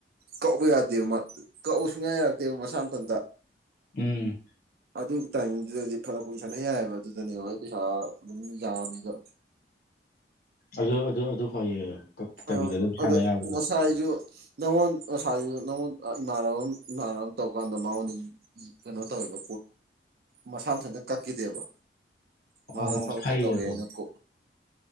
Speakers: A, on the right; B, on the left.
A: ꯀꯛꯎ ꯌꯥꯗꯦꯕ ꯀꯛꯎ ꯁꯨꯡꯌꯥ ꯌꯥꯔꯛꯇꯦꯕ ꯃꯁꯥ ꯃꯊꯟꯇ
B: ꯎꯝ
A: ꯑꯗꯨ ꯇꯥꯏꯃꯤꯡꯗꯨꯗꯗꯤ ꯐꯔ ꯀꯨꯏꯁꯅ ꯌꯥꯏꯑꯕ ꯑꯗꯨꯗꯅꯦꯕ ꯍꯣꯏ ꯄꯩꯁꯥ ꯑꯗꯨꯝ ꯌꯥꯅꯤꯗ
B: ꯑꯗꯨ ꯑꯗꯨ ꯑꯗꯨ ꯐꯩꯌꯦ ꯀꯛꯇꯕꯤꯗ
A: ꯑ
B: ꯑꯗꯨꯝ ꯁꯥꯟꯅ
A: ꯑꯗ
B: ꯌꯥꯕꯗꯣ
A: ꯃꯁꯥꯏꯖꯨ ꯅꯪꯉꯣꯟ ꯉꯁ ꯅꯉꯣꯟ ꯏꯃꯥꯟ ꯏꯃꯥꯟꯅꯕ ꯑꯃ ꯇꯧꯔꯀꯥꯟꯗ ꯃꯉꯣꯟꯗ ꯀꯩꯅꯣ ꯇꯧꯋꯦꯕꯣ ꯃꯁꯥ ꯃꯊꯟꯅ ꯀꯛꯈꯤꯗꯦꯕ
B: ꯑꯣ
A: ꯋꯥꯗ ꯊꯥꯎꯥꯎꯛꯇ
B: ꯐꯩ
A: ꯇꯧꯒꯅꯀꯣ
B: ꯑꯗꯣ